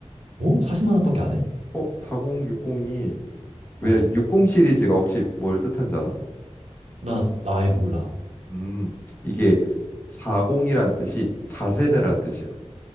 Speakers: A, on the right; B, on the left.
A: 어? 40만 원밖에 안 해?
B: 어, 4060이 왜
A: 어,
B: 60 시리즈가 혹시 뭘 뜻한지 알아?
A: 나, 나 아예 몰라.
B: 음, 이게 40이란 뜻이 4세대란 뜻이야.